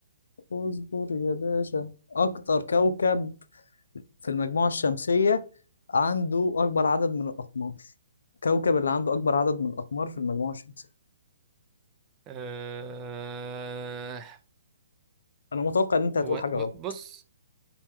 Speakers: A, on the left (about 70°); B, on the right (about 20°).
A: اصبر يا باشا اكتر كوكب في المجموعة الشمسية عنده اكبر عدد من الاقمار كوكب اللي عنده اكبر عدد من الاقمار في المجموعة الشمسية
B: أه...
A: انا متوقع ان انت هتقول
B: هو
A: حاجة
B: ب-
A: غلط
B: بص